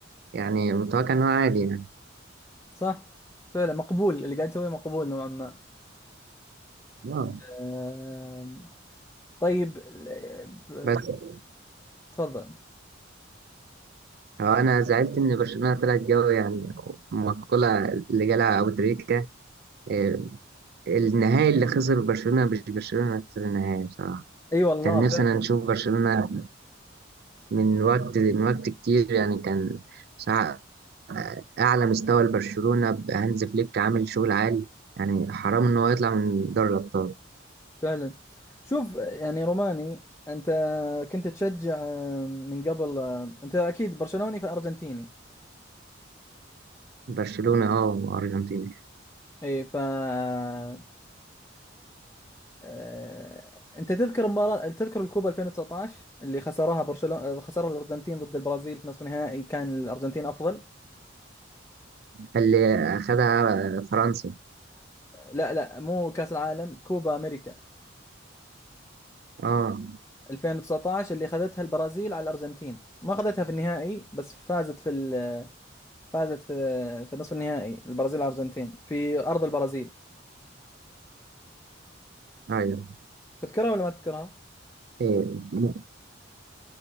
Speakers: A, on the right; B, on the left.
A: يعني متوقع إن هو عادي يعني
B: صح فعلا مقبول اللي قاعد تسويه مقبول نوعا ما
A: آه.
B: آم، طيب ال- ف-
A: بس
B: تفضل
A: هو أنا زعلت إن برشلونة طلعت جو يعني المقولة اللي جالها أبو تريكة آه، النهائي اللي خسر برشلونة مش برشلونة خسر النهائي بصراحة
B: اي والله
A: كان نفسي
B: فعلا
A: أنا نشوف برشلونة من وقت من وقت كتير يعني كان بصراحة أعلى مستوى لبرشلونة هانز فليك عامل شغل عالي يعني حرام إن هو يطلع من دوري الأبطال
B: فعلا شوف يعني روماني انت كنت تشجع آم، من قبل آم، انت اكيد برشلوني فارجنتيني
A: برشلونة أه وأرجنتين
B: اي فغالبا آه، انت تذكر مباراة تذكر الكوبا 2019 اللي خسرها برشلونة خسرها الارجنتين ضد البرازيل في نصف نهائي كان الارجنتين افضل
A: اللي أخدها فرنسا
B: لا لا مو كأس العالم كوبا امريكا
A: اه
B: 2019 اللي اخذتها البرازيل على الارجنتين ما اخذتها في النهائي بس فازت في ال... فازت في في نصف النهائي البرازيل على الارجنتين في ارض البرازيل
A: ايوه
B: تذكرها ولا ما تذكرها
A: إيه. م-